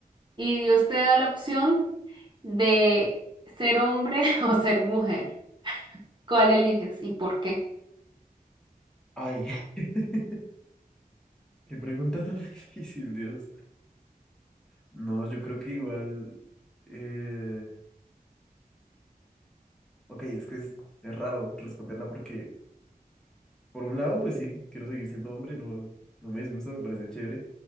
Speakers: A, on the right; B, in the centre.
A: y Dios te da la opción de ser hombre <laughs> o ser mujer. ¿Cuál eliges y por qué?
B: Ay, <laughs> qué pregunta tan <laughs> difícil, Dios. No, yo creo que igual... Eh... Ok, es que es, es raro responderla porque, por un lado, pues sí, quiero seguir siendo hombre, no, no me disgusta, me parece chévere,